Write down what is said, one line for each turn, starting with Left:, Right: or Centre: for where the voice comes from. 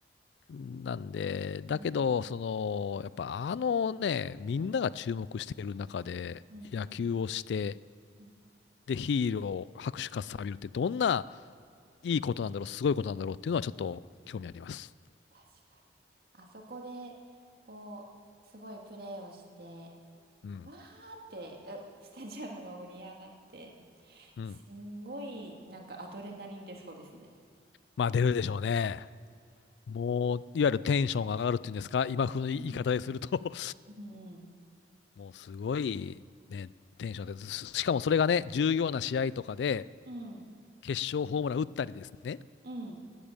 Left: なんで、
Right: うん。
Left: だけど、その、やっぱあのね、みんなが注目している中で野球をして、
Right: うん。うん。うん
Left: で、ヒーロー、拍手喝采浴びるってどんないいことなんだろう、すごいことなんだろうっていうのはちょっと興味あります。
Right: 確かに。あそこで、こう、すごいプレーをして、
Left: うん。
Right: わーって、え <laughs> スタジアムが盛り上がって、
Left: うん。
Right: すんごい、なんかアドレナリン出そうですね。
Left: まあ出るでしょうね。もう、いわゆるテンションが上がるっていうんですか、今風の言い方ですると
Right: うん。うん。
Left: <laughs> もうすごいね、テンションが上です。しかもそれがね、重要な試合とかで、
Right: うん。
Left: 決勝ホームラン打ったりですね、
Right: うん。うん